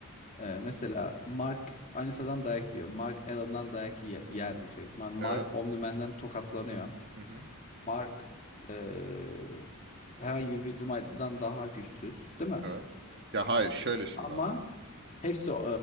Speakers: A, on the left (about 35°); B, on the right (about 50°).
A: Ee, mesela Mark Anissa'dan dayak yiyor. Mark Allen'dan dayak ye- yer yüksek ihtimal. Mark
B: Evet.
A: Omni-Man'den tokatlanıyor.
B: Hı hı.
A: Mark ee, herhangi bir Widmer'dan daha güçsüz değil mi?
B: Evet. Ya hayır şöyle şimdi
A: Ama
B: ama.
A: Hepsi o,